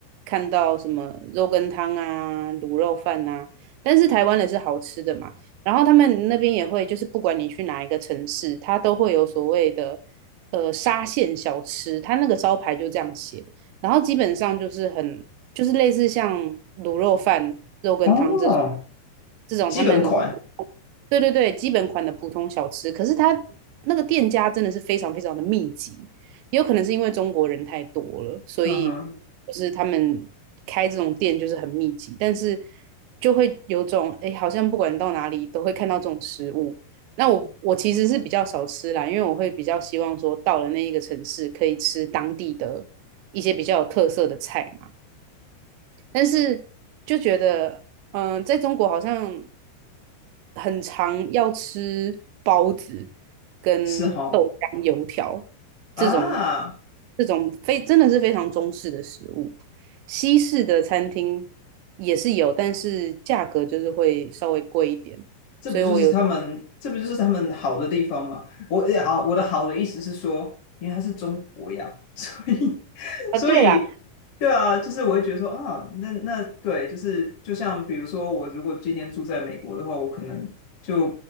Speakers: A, on the right (about 80°); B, on the left (about 45°).
A: 看到什么肉羹汤啊、卤肉饭啊，但是台湾的是好吃的嘛，然后他们那边也会，就是不管你去哪一个城市，它都会有所谓的呃沙县小吃，它那个招牌就这样写。然后基本上就是很就是类似像卤肉饭、肉羹汤这种
B: 哦，
A: 这种他们
B: 基本款，
A: 对对对基本款的普通小吃，可是它那个店家真的是非常非常的密集，也有可能是因为中国人太多了，所以
B: 嗯哼，
A: 就是他们开这种店就是很密集，但是就会有种哎，诶好像不管到哪里都会看到这种食物。那我我其实是比较少吃啦，因为我会比较希望说到了那一个城市可以吃当地的一些比较有特色的菜嘛。但是就觉得，嗯、呃在中国好像很常要吃包子跟豆浆、
B: 是哈、
A: 油条
B: 啊。
A: 这种这种非真的是非常中式的食物。西式的餐厅也是有，但是价格就是会稍微贵一点。
B: 这不就是他们，
A: 所以我有
B: 这不就是他们好的地方吗？我也好，我的好的意思是说，因为它是中国呀，<laughs> 所以，<laughs>
A: 啊，
B: 所以，
A: 对啦，
B: 对啊，就是我会觉得说啊，那那对，就是就像比如说，我如果今年住在美国的话，我可能就